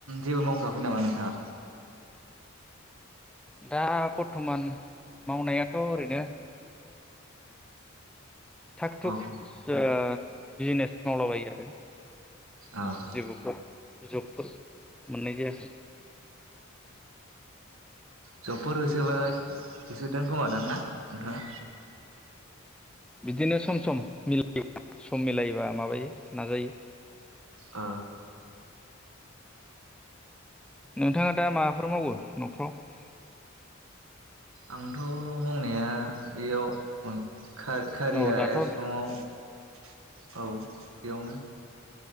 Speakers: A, on the right; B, in the centre.
A: जेबो मावथ'आखै नामा नों? दा
B: दा बर्थमान मावनायाथ' ओरैनो थाग थुक
A: औ
B: ओ बिजिनेस मावलाबायो आरो
A: ओ ओ
B: <unintelligible> जबफोर मोननाय जायाखै।
A: जब फोर होसोबाय होसोदों खोमादां ना नोंथाङा?
B: बिदिनो सम सम <unintelligible> सम मिलायोबा माबायो नाजायो।
A: आ
B: नोंथाङा दा माबाफोर मावो न'फ्राव?
A: आंथ' मावनाया बेयाव खा-खारिया
B: औ दाथ'
A: <unintelligible> औ बेयावनो